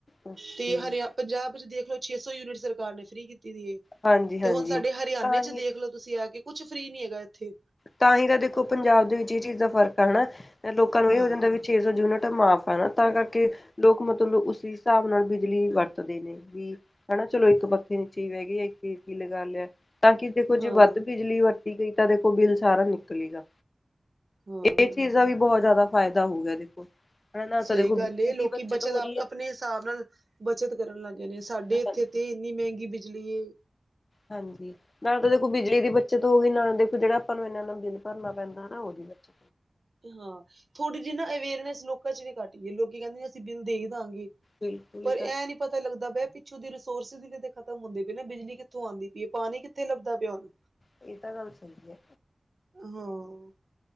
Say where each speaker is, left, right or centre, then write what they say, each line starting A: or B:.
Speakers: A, on the left; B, on the right.
A: ਓਕੇ
B: ਤੇ ਹਰਿਆਣਾ ਪੰਜਾਬ 'ਚ ਦੇਖੋ। ਫੇਰ ਉਹ ਛੇ ਸੌ ਯੂਨਿਟ ਸਰਕਾਰ ਨੇ ਫ੍ਰੀ ਕੀਤੀ ਦੀ ਏ,
A: ਹਾਂਜੀ
B: ਤੇ
A: ਹਾਂਜੀ
B: ਹੁਣ ਸਾਡੇ ਹਰਿਆਣੇ
A: ਤਾਂ
B: 'ਚ
A: ਹੀ
B: ਦੇਖ ਲੋ। ਤੁਸੀਂ ਆ ਗਏ, ਕੁੱਛ ਫ੍ਰਰੀ ਨਹੀਂ ਹੈਗਾ ਇੱਥੇ।
A: ਤਾਂ ਹੀ ਤਾਂ ਦੇਖੋ ਪੰਜਾਬ ਦੇ ਵਿੱਚ ਇਹ ਚੀਜ਼ ਦਾ ਫ਼ਰਕ ਆ, ਹੈਨਾ ਲੋਕਾਂ ਨੂੰ
B: ਹਾਂ।
A: ਇਹ ਹੋ ਜਾਂਦਾ ਵਿੱਚ। ਛੇ ਸੌ ਯੂਨਿਟ ਮਾਫ਼ ਹੈ ਨਾ, ਤਾਂ ਕਰਕੇ ਲੋਕੀ ਮਤਲਬ ਉਸ ਹਿਸਾਬ ਨਾਲ ਬਿਜਲੀ ਵਰਤਦੇ ਨੇ। ਵੀ ਹਨਾ ਚਲੋ ਇੱਕ ਬੰਤੀ। ਇੱਥੇ ਹੀ ਬਹਿ ਗਈ ਇੱਥੇ ਏ ਸੀ ਲਗਾ ਲਿਆ, ਤਾਂ ਕਿ ਦੇਖੋ ਜੇ
B: ਹਾਂ,
A: ਵੱਧ ਬਿਜਲੀ ਵਰਤੀ ਗਈ ਤਾਂ ਦੇਖੋ। ਉਹ ਬਿੱਲ ਸਾਰਾ ਨਿਕਲੇਗਾ,
B: ਹਾਂ
A: ਇਹ ਚੀਜ਼ ਦਾ ਵੀ ਬਹੁਤ ਜ਼ਿਆਦਾ ਫਾਇਦਾ ਹੋ ਗਿਆ ਦੇਖੋ। ਹਨਾ ਨਾ ਤਾਂ
B: ਸਹੀ
A: ਦੇਖੋ ਬਿਜਲੀ
B: ਗੱਲ ਹੈ, ਲੋਕੀ
A: ਦੀ
B: ਬੱਚਤ
A: ਹੋ ਰਹੀ
B: ਆਪ ਆਪਣੇ ਹਿਸਾਬ ਨਾਲ। ਬੱਚਤ ਕਰਨ ਲੱਗ ਗਏ ਨੇ, ਸਾਡੇ
A: ਹੈ
B: ਇੱਥੇ ਤੇ ਇੰਨੀ ਮਹਿੰਗੀ ਬਿਜਲੀ ਹੈ।
A: ਹਾਂਜੀ ਨਾਲੇ ਤਾਂ ਦੇਖੋ ਬਿਜਲੀ ਦੀ ਬੱਚਤ। ਚਲੋ ਇਹ ਨਾ ਦੇਖੋ, ਜਿਹੜਾ ਆਪਾਂ ਨੂੰ ਇਹਨਾਂ ਇਹਨਾਂ ਬਿੱਲ ਭਰਨਾ ਪੈਂਦਾ ਨਾ, ਉਹਦੇ ਵਿੱਚ।
B: ਹਾਂ, ਥੋੜੀ ਜੀਨਾ ਅਵੇਅਰਨੈਸ ਲੋਕਾਂ 'ਚ ਵੀ ਘੱਟੀ ਗਈਏ ਲੋਕੀ ਕਹਿੰਦੇ ਅਸੀਂ ਬਿੱਲ ਈ ਦਾਗੇ।
A: ਬਿਲਕੁਲ
B: ਪਰ
A: ਇਹ ਤਾਂ
B: ਐ ਨੀ ਪਤਾ ਲੱਗਦਾ ਪਿਆ ਪਿੱਛੋਂ ਦੀ ਰਿਸੋਰਸਿਸ ਕਿਤੇ ਖ਼ਤਮ ਹੁੰਦੇ ਪਏ ਨੇ ਬਿਜਲੀ ਕਿੱ ਥੋਂ ਆਦੀ ਪਈ ਏ ਪਾਣੀ ਕਿੱਥੇ ਲੱਭਦਾ ਪਿਆ ਹੁਣ।
A: ਏ ਤਾਂ ਗੱਲ ਸਈ ਏ।
B: ਹਾਂ,